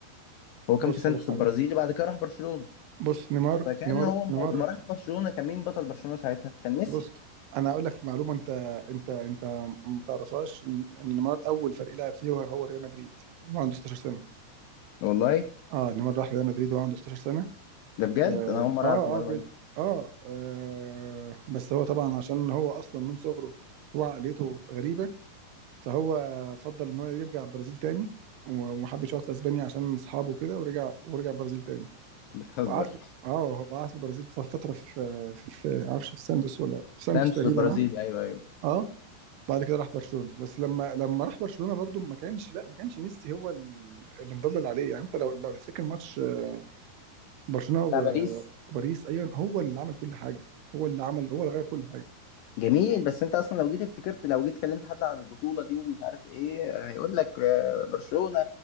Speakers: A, on the left; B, on the right.
A: هو كان
B: بص
A: في سانتوس
B: على حاجة
A: البرازيلي بعد كده راح برشلونة
B: بص نيمار
A: فكان
B: نيمار
A: هو ما
B: نيمار
A: ما راح برشلونة كان مين بطل برشلونة ساعتها كان ميسي
B: بص انا هقول لك معلومة انت انت انت ما تعرفهاش ان إن نيمار اول فريق لعب فيه هو هو ريال مدريد وهو عنده 16 سنة
A: والله
B: اه نيمار راح ريال مدريد وهو عنده 16 سنة
A: ده بجد
B: اه
A: انا اول مرة
B: اه
A: اعرف المعلومة
B: اه, جد.
A: دي
B: آه, آه بس هو طبعا عشان هو اصلا من صغره هو عقليته غريبة فهو فضل ان هو يرجع البرازيل تاني و- وما حبش يقعد في اسبانيا عشان اصحابه كده ورجع ورجع البرازيل تاني
A: بتهزر
B: وقعد اه هو قعد في البرازيل ف- فتره في في في معرفش في سانتوس ولا في سانتوس
A: سانتوس
B: تقريبا
A: البرازيلي
B: اه
A: ايوه ايوه
B: اه بعد كده راح برشلونه بس لما لما راح برشلونه برضو ما كانش لا ما كانش ميسي هو ال- اللي مضلل عليه يعني انت لو لو تفتكر ماتش آه، برشلونه و-
A: بتاع باريس
B: وباريس ايوه هو اللي عمل كل حاجه هو اللي عمل هو اللي غير كل حاجه
A: جميل بس انت اصلا لو جيت افتكرت لو جيت كلمت حد عن البطوله دي ومش عارف ايه هيقول لك آه، برشلونه